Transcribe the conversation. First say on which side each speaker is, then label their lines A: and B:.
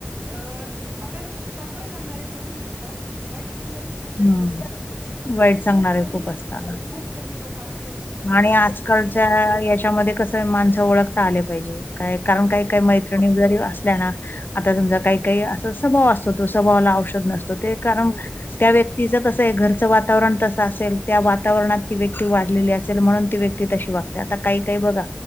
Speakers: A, on the right; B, on the left.
A: अ आपल्याला चांगलं सांगणारे कमी भेटतात आणि वाईट सांगणारे खुप जास्त
B: हं,
A: भेटतात हॊ, म्हणजे
B: वाईट सांगणारे
A: खूप कमी,
B: असतात.
A: हो खूप कमी लोक अश
B: आणि आजकालच्या आ याच्यामध्ये कस, माणसं ओळखता आले पाहिजे, काय कारण
A: बरोबर
B: काही
A: आहे.
B: काही मै नी जरी असल्याना, आता समजा काही-काही असा स्वभाव असतो तो, स्वभावाला औषध नसतो, ते कारण
A: हो
B: त्या व्यक्तीचं तसं ये घरचं वातावरण तसं असेल, त्या वातावरणात ती व्यक्ती वाढलेली असे ल, म्हणून ती व्यक्ती तशी वागते, आता काही-काही बघा
A: हो